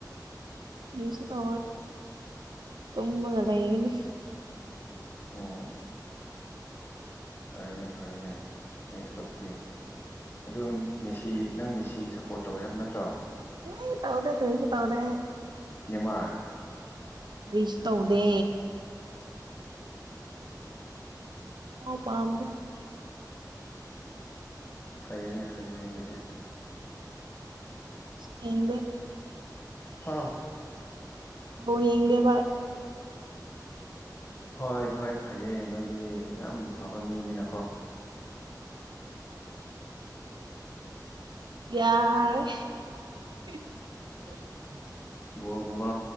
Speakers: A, on the right (about 80°); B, on the left (about 30°).
A: ꯅꯤꯡꯁꯨ ꯇꯦ ꯇꯒ ꯂꯩ ꯌꯦꯒꯅꯤ
B: ꯎꯝ ꯐꯔꯦꯅꯦ ꯐꯔꯦꯅꯦ ꯅ ꯊꯕꯛꯇꯤ ꯑꯗꯣ ꯃꯤꯁꯤ ꯅꯪ ꯃꯤꯁꯤꯒꯤ ꯁꯞꯄꯣꯔꯠ ꯇꯧꯋꯦ ꯍꯥꯏꯕ ꯅꯠꯇ꯭ꯔꯣ
A: ꯍ ꯇꯥꯎꯗꯦ ꯀꯔꯤꯁ ꯇꯥꯎꯗꯦ
B: ꯅꯤꯃꯔ
A: ꯄꯨꯔꯤꯁ ꯇꯧꯗꯦ ꯥꯎ ꯄꯝꯗ
B: ꯐꯩꯅꯦ ꯐꯩꯅꯦ ꯑꯗꯨꯗꯤ
A: ꯍꯕ
B: ꯍꯥꯥ
A: ꯑ ꯌꯦꯡꯗꯦ ꯏ
B: ꯍꯣꯏ ꯍꯣꯏ ꯐꯩꯌꯦ ꯅꯣꯏꯗꯤ ꯌꯥꯝ ꯐꯕ ꯃꯤꯅꯤꯅꯀꯣ
A: ꯌꯥꯔꯦ <unintelligible>
B: ꯕꯣꯜꯒꯨꯝꯕ